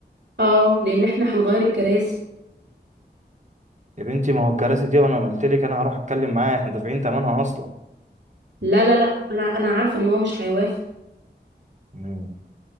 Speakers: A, on the right (about 80°); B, on the right (about 40°).
A: اه لان احنا هنغير الكراسي
B: يا بنتي ما هو الكراسي دي وانا قلت لك انا هروح اتكلم معاه احنا دافعين ثمنها اصلا
A: لا لا لا انا انا عارفه ان هو مش هيوافق
B: مم.